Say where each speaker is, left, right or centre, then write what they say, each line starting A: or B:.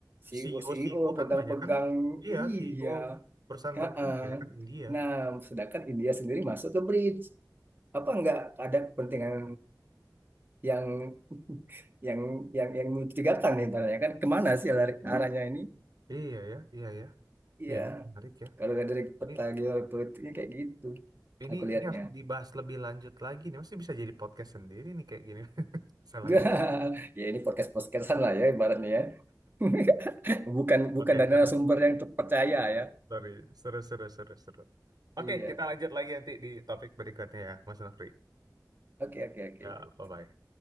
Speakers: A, on the right; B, on the right.
A: CEO
B: CEO
A: CEO
B: CEO
A: pegang-pegang
B: kan banyak kan? Iya
A: iya
B: CEO perusahaan
A: heeh.
B: penting banyak kan India.
A: Nah sedangkan India sendiri masuk ke bridge apa nggak ada kepentingan yang <laughs> yang yang yang mencurigakan nih ibaratnya kan kemana sih lari, arahnya ini
B: Iya ya, iya ya,
A: iya
B: iya menarik ya.
A: kalau lihat dari peta
B: Ini
A: geopolitiknya kayak gitu
B: Ini
A: aku lihatnya
B: ini harus dibahas lebih lanjut lagi nih. Masih bisa jadi podcast sendiri nih kayak gini. <laughs> Salah
A: <laughs>
B: ya.
A: ya ini podcast podcastan lah ya ibaratnya ya <laughs> bukan bukan
B: Oke,
A: dari
B: seru.
A: sumber yang terpercaya ya
B: Sorry. Seru, seru, seru, seru. Oke,
A: iya
B: kita lanjut lagi nanti di topik berikutnya ya, Mas Nafri.
A: oke oke oke
B: Ya, bye-bye.